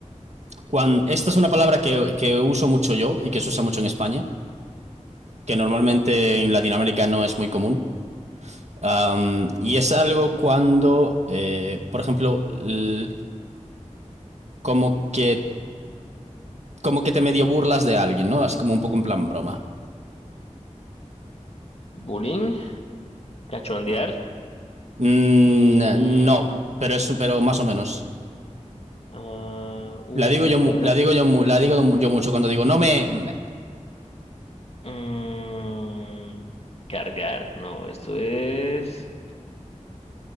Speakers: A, on the right (about 65°); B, on the left (about 55°).
A: Cuan- esta es una palabra que, que uso mucho yo y que se usa mucho en España, que normalmente en Latinoamérica no es muy común. Am, y es algo cuando, eh, por ejemplo, l- como que, como que te medio burlas de alguien, ¿no? Así como un poco en plan broma.
B: bullying. Cachondear.
A: No. Mm,
B: Mm,
A: no, pero es, pero más o menos.
B: Ah, uf,
A: La digo
B: una
A: yo,
B: palabra.
A: mu- la digo yo, mu- la digo mu- yo mucho cuando digo, no me... me".
B: Mm, cargar, no, esto es.